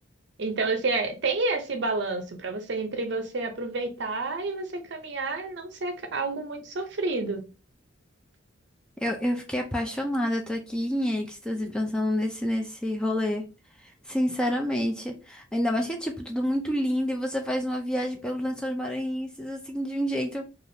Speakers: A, on the right; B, in the centre.
A: Então, assim, é- tem esse balanço para você entre você aproveitar e você caminhar e não ser ca- algo muito sofrido.
B: Eu, eu fiquei apaixonada, eu tô aqui em êxtase pensando nesse, nesse rolê. Sinceramente. Ainda mais que é, tipo, tudo muito lindo e você faz uma viagem pelos Lençóis Maranhenses, assim, de um jeito